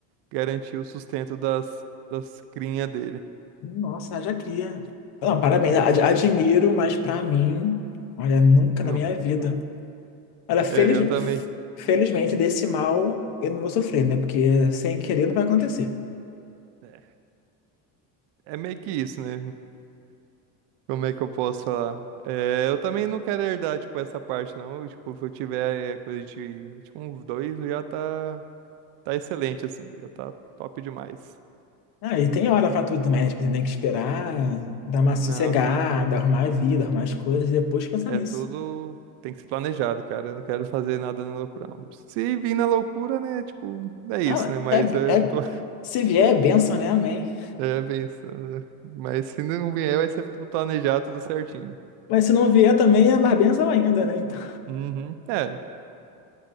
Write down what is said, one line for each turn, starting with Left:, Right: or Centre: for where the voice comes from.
Right: garantir o sustento das, das crinhas dele.
Left: Nossa, haja cria. Não, parabéns,
Right: Ah,
Left: ad-
Right: já criei.
Left: admiro, mas pra mim, olha, nunca
Right: Não.
Left: na minha vida.
Right: <laughs>
Left: Olha, feliz,
Right: É, eu também.
Left: felizmente desse mal eu não vou sofrer, né? Porque sem querer não vai acontecer.
Right: É é meio que isso, né? Como é que eu posso falar? É, eu também não quero herdar, tipo, essa parte, não. Eu, tipo, se eu tiver é, coisa de, tipo, uns dois, já tá, tá excelente, assim. Já tá top demais.
Left: Ah, e tem hora pra tudo também, né? tipo, você tem que esperar, dar uma sossegada,
Right: Não, assim, é,
Left: arrumar a vida, arrumar as coisas, e depois pensar
Right: é
Left: nisso.
Right: tudo... Tem que ser planejado, cara. Eu não quero fazer nada na loucura, não. Se vir na loucura, né, tipo, é isso,
Left: Ah,
Right: né? Mas
Left: é,
Right: eu
Left: é,
Right: tô <laughs>
Left: se vier é bênção, né? Amém.
Right: é, pensando. né? Mas se não vier, vai ser tudo planejado, tudo certinho.
Left: Mas se não vier também é mais bênção ainda, né? Então,
Right: Uhum. É.